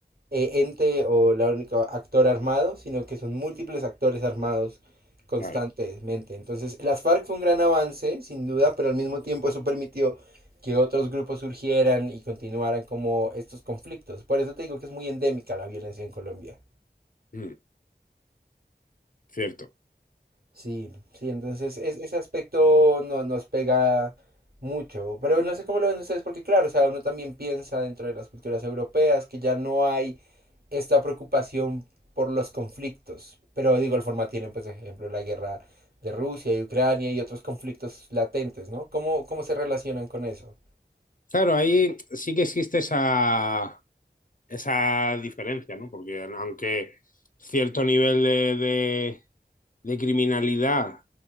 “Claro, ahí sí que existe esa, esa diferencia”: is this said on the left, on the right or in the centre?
Left